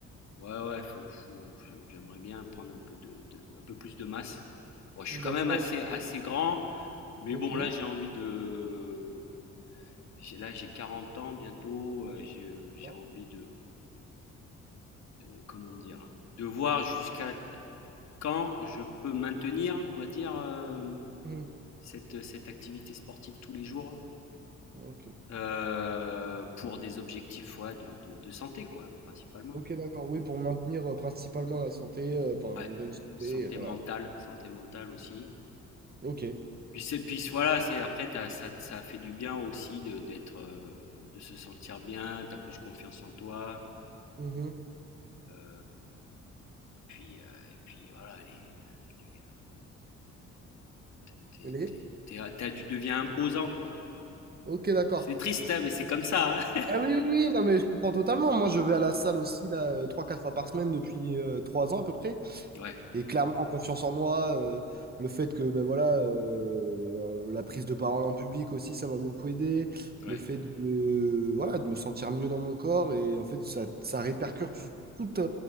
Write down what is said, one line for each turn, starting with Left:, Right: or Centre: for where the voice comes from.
Left: ouais, ouais, faut faut j'aimerais bien prendre un peu de de un peu plus de masse. Bon, je suis quand
Right: D'accord.
Left: même assez assez grand, mais
Right: Ok.
Left: bon là j'ai envie de j'ai là j'ai 40 ans bientôt, heu, j'ai, j'ai
Right: d'accord.
Left: envie de, heu, comment dire? De voir jusqu'à quand je peux maintenir, on va dire, hem,
Right: Mhm.
Left: cette, cette activité sportive tous les jours.
Right: Ok.
Left: Heu, pour des objectifs, ouais, de de de santé, quoi, principalement.
Right: Ok, d'accord. Oui, pour maintenir euh, principalement la santé, euh, enfin
Left: Ouais,
Right: une bonne santé,
Left: santé
Right: euh, voilà.
Left: mentale santé mentale aussi.
Right: Ok.
Left: Puis c'est puis voilà, c'est après t'as ça ça fait du bien aussi de d'être, heu, de se sentir bien, tu as plus confiance en toi,
Right: Mhm.
Left: heu, puis, heu, et puis voilà les, les, heu, comment tu
Right: Elle
Left: es
Right: est?
Left: tu es tu tu deviens imposant, quoi.
Right: Ok, d'accord.
Left: C'est triste, hein, mais c'est comme ça, hein.
Right: Ah oui, oui, oui, non, mais je comprends totalement. Moi, je vais à la salle aussi, là, euh, trois, quatre fois par semaine depuis euh, trois ans à peu près.
Left: Ouais,
Right: Et clairement, en confiance en moi, euh, le fait que, ben voilà, euh, euh, la prise de parole en public aussi, ça m'a beaucoup aidé.
Left: ouais,
Right: Le fait de, de- voilà, de me sentir mieux dans mon corps. Et en fait, ça, ça répercute sur tout,